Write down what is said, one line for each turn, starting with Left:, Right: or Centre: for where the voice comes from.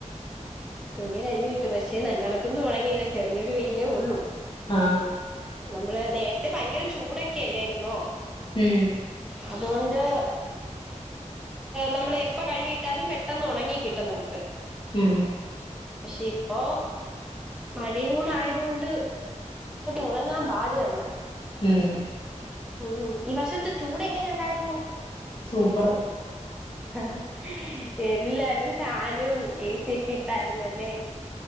Centre: തുണി കഴുകിട്ട് പക്ഷേ നല്ലണക്കൊന്നും ഉണങ്ങിയില്ല ചെറിയൊരു വെയിലേ ഉള്ളൂ
Left: ആഹ്
Centre: നമ്മള് നേരത്തെ ഭയങ്കര ചൂടൊക്കെ അല്ലായിരുന്നോ
Left: ഉം
Centre: അതുകൊണ്ട് നമ്മൾ എപ്പ കഴ്കിയിട്ടാലും പെട്ടെന്ന് ഉണങ്ങി കിട്ടും നമുക്ക്
Left: ഉം
Centre: പക്ഷെ ഇപ്പോ മഴയും കൂടെ ആയതുകൊണ്ട് ഉണങ്ങാൻ പാടുതന്ന
Left: ഉം
Centre: ഉം ഈ വർഷത്തെ ചൂട് എങ്ങനെ ഉണ്ടായിരുന്നു
Left: സൂപ്പർ
Centre: <inaudible> എല്ലാരും ഫാനും ഏ സിയ ഒക്കെ ഇട്ടായിരുന്നു അല്ലേ